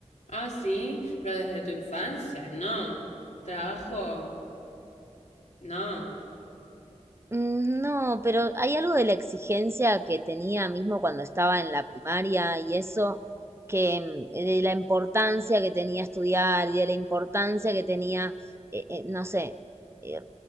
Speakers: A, on the left; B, on the right.
A: Ah, sí, pero desde tu infancia, no. Trabajo, no.
B: Mm, No, pero hay algo de la exigencia que tenía mismo cuando estaba en la primaria y eso, que mm, de la importancia que tenía estudiar y de la importancia que tenía, eh, eh, no sé, eh,